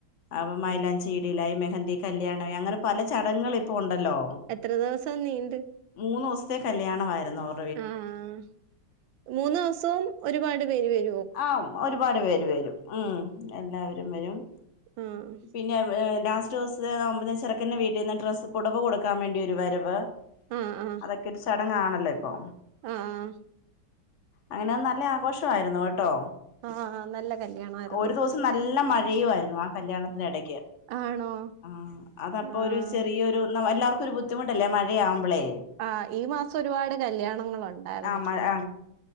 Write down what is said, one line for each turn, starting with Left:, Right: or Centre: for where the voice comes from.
Left: അപ്പം മൈലാഞ്ചിടിലായി മെഹന്തി കല്യാണമായി അങ്ങനെ പല ചടങ്ങൾ ഇപ്പോ ഉണ്ടല്ലോ
Right: എത്ര ദിവസം നീണ്ട്
Left: മൂന്നൂസ്ത്തെ കല്യാണമായിരുന്നു അവർ
Right: ആഹ് മൂന്ന്സവും ഒരുപാട് പേര് വരും
Left: ആഹ് ഒരുപാട് പേര് വരും ഉം എല്ലാവരും വരും
Right: ഉം അഹ്
Left: പിന്നെ ലാസ്റ്റ് ദിവസത്തെ ആകുമ്പ ചെറുക്കന്റെ വീട്ടിന്ന് ഡ്രസ്സ് പുടവ് കൊടുക്കാൻ വേണ്ടി ഒരു വരവ്
Right: ആഹ് ആഹ്
Left: അതൊക്കെ ഒരു ചടങ്ങാണല്ലോ ഇപ്പൊ
Right: ആഹ്
Left: അങ്ങനെ നല്ല ആഘോഷമായിരുന്നു കേട്ടോ
Right: ആഹ് നല്ല കല്യാണമായിരുന്നു
Left: ഒരു ദിവസം നല്ല മഴയുമായിരുന്നു ആ കല്യാണത്തിനിടയ്ക്ക് ക്ക്
Right: ആണോ
Left: ആഹ് അതപ്പോ
Right: ആഹ്
Left: ഒരു ചെറിയരു എല്ലാർക്കും ഒരു ബുദ്ധി മുട്ടല്ലേ മഴയാകുമ്പോളേ
Right: ആഹ് ഈ മാസം ഒരുപാട് കല്യാണങ്ങളുണ്ടായിരുന്നു
Left: ആ മ ആ